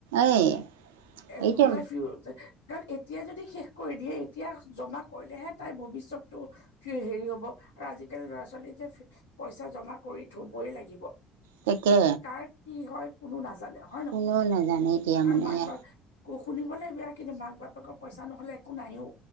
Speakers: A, on the right; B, on the left.
A: এই
B: এ,
A: এতিয়া
B: তাই ফিউ কাৰণ এতিয়াই যদি শেষ কৰি দিয়ে এতিয়া জমা কৰিলেহে তাইৰ ভৱিষ্যটো সে হেৰি হ'ব আৰু আজিকালি ল'ৰা-ছোৱালী যে পইচা জমা কৰি থবই লাগিব।
A: তেকে।
B: কাৰ কি হয় কোনো নাজানে অ'।
A: কোনোওঁ নাজানে। এতিয়া মানে
B: আৰু মাক বা কো শুনিবলৈ বেয়া কিন্তু মাক- বাপেকৰ পইচা নহ'লে একো নাইও।